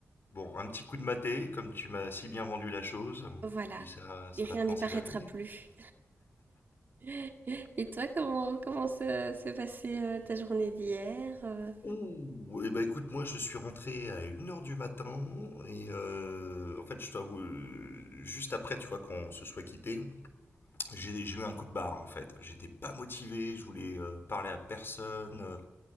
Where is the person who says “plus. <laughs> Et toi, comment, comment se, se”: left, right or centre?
Right